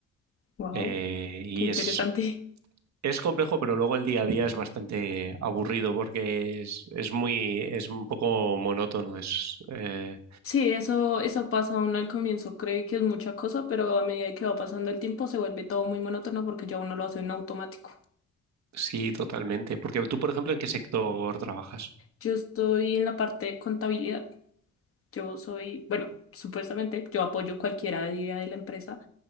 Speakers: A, on the left; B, on the right.
A: wow,
B: Eh, y
A: qué interesante.
B: es,
A: <laughs>
B: es complejo, pero luego el día a día es bastante aburrido porque es, es muy, es un poco monótono. Es, eh,
A: Sí, eso, eso pasa uno al comienzo, cree que es mucha cosa, pero a medida que va pasando el tiempo se vuelve todo muy monótono porque ya uno lo hace en automático.
B: sí, totalmente. Porque tú, por ejemplo, ¿en qué sector trabajas?
A: Yo estoy en la parte de contabilidad. Yo soy, bueno, supuestamente yo apoyo cualquier idea de la empresa,